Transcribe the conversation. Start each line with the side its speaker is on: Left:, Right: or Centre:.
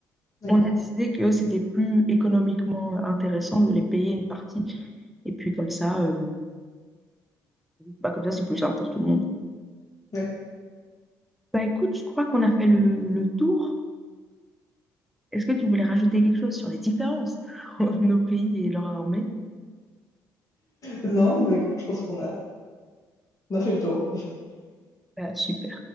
Left: d'accord.
Centre: on a décidé que c'était plus économiquement intéressant de les payer une partie. Et puis comme ça, euh, bah, comme ça, c'est plus simple pour tout le monde.
Left: Ouais.
Centre: Bah écoute, je crois qu'on a fait le, le tour. Est-ce que tu voulais rajouter quelque chose sur les différences <laughs> entre nos pays et leur armée?
Left: Non, bah, écoute, je pense qu'on a, on a fait le tour.
Centre: Bah, super.